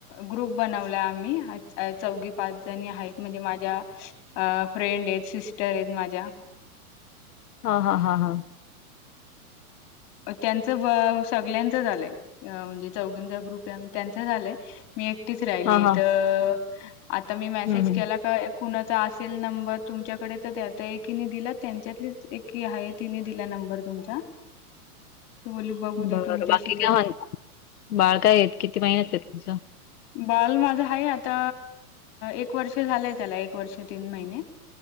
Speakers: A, on the left (about 40°); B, on the left (about 80°).
A: ग्रुप बनवला आम्ही चौघी, पाच जणी आहेत म्हणजे माझ्या अ फ्रेंड आहेत, सिस्टर आहेत माझ्या.
B: हा हा हा हा.
A: अ त्यांचं सगळ्यांचं झालंय म्हणजे चौघिचा ग्रुप आहे त्यांचं झालंय मी एकटीच राहिलीय
B: हां, हां.
A: तर आता मी मेसेज
B: हं, हं.
A: केला का कुणाचा असेल नंबर तुमच्याकडेच त्यात एकीने दिला त्यांच्यातलीच एक आहे तिने दिला नंबर तुमचा. ती बोलली बघू द्या
B: बर
A: तुमच्याशी
B: बाकी काय म्हणता? बाळ काय आहेत किती महिन्यात आहे तुमचं?
A: बाल माझ आहे आता एक वर्ष झालंय त्याला एक वर्ष तीन महिने.